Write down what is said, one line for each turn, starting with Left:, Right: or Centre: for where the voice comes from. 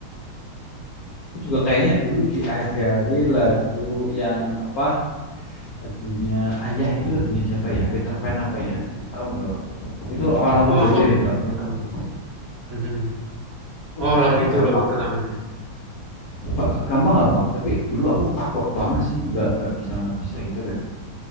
Left: Aku juga kayaknya dulu diajari lagu yang apa lagunya Ayah itu lagunya siapa ya Peter Pan apa ya tahu nggak bang itu awal aku
Right: Oh,
Left: belajar
Right: aku
Left: itu aku ingat
Right: tahu.
Left: banget.
Right: Mhm.
Left: itu
Right: Oh,
Left: katanya
Right: lagu itu
Left: gampang
Right: lagu pertamanya.
Left: Ba- gampang nggak bang tapi dulu aku kagok banget sih nggak nggak bisa nggak bisa gitu dah